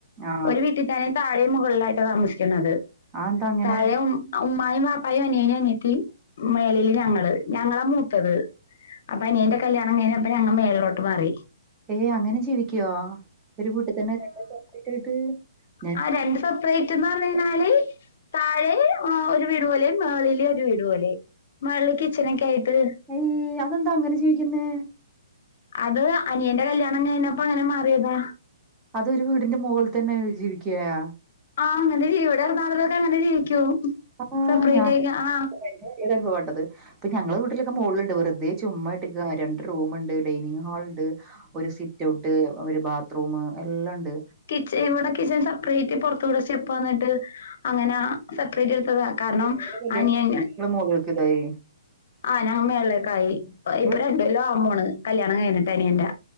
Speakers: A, on the right; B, on the left.
A: ആ
B: ഒരു വി ട്ടി തന്നെ താഴെ മുകളിലായിട്ട് താമസിക്കുന്നത്
A: അതെന്താ അങ്ങനെ
B: താഴെയെ ഉമ്മായും പാപ്പായും അനിയനയും അനത്തി മേളൽ ഞങ്ങള് ഞങ്ങളാ മൂത്തത് അപ്പൊ അനീന്റെ കല്യാണംങ്ങനെപ്പ അങ്ങ മേളിലോട്ട് മാറി
A: ഏയ് അങ്ങനെ ജീവിക്കുവോ ഒരു കൂട്ടി തന്നെ രണ്ടയിട്ട് <unintelligible>
B: ആഹ് രണ്ട് സെപ്പറേറ്റ് എന്ന് പർഞ്ഴിഞ്ഞാല് താഴെ ഒരു വീട് പോലെ മേളിലെ ഒരു വീട് പോലെ മേളിൽ കിച്ചനൊക്കെ ആയിട്ട്
A: ഏയ് അതെന്താ അങ്ങനെ ജിവ്ക്കുന്നെ
B: അത് അനിയന്റെ കല്യാണംങ്ങഴഞ്ഞപ്പ അങ്ങനെ മാറിയതാ
A: അതൊരു വീടിന്റെ മുകളിൽ തന്നെ ജീവിക്കയാ
B: ആഹ് അങ്ങനെ ജീ ഇവിടെറന്നാതൊക്കെ അങ്ങനെ ജീവിക്കൂ
A: ആഹ്
B: സെപ്പറേറ്റ്
A: ഞൻ
B: ആയി ആ
A: <unintelligible> അനുഭവപ്പെട്ടത് ഇപ്പൊ ഞങ്ങളെ വീട്ടിലൊക്കെ മോള്ണ്ട് വെറുതെ ചുമ്മായിട്ടികാ രണ്ട് റൂമുണ്ട് ഡൈനിങ്ങ് ഹാൾ ഉണ്ട് ഒരു സിറ്റ്ഔട്ട് ഒരു ബാത്റൂം എല്ലാം ഉണ്ട്
B: കിച് ഇവടെ കിച്ചൺ സെപ്പറേറ്റ് പുറത്തൂടെ സ്റ്റെപ്പ് വന്നിട്ട് അങ്ങനൊ സെപ്പറേറ്റ് എടുത്തത കാരണം
A: നിങ്ങടെ കല്യാണം
B: അനിയന്
A: കഴിഞ്ഞിട്ട് നിങ്ങള് മോളിലേക്ക് ഇതായി
B: ആഹ് ഞങ്ങമ്മേളേക്കായി
A: നിങ്ങള്
B: ഇപ്പൊ രണ്ടുവല്ലോ ആവമ്മോണ് കല്യാണം കഴിഞ്ഞിട്ട അനിയന്റെ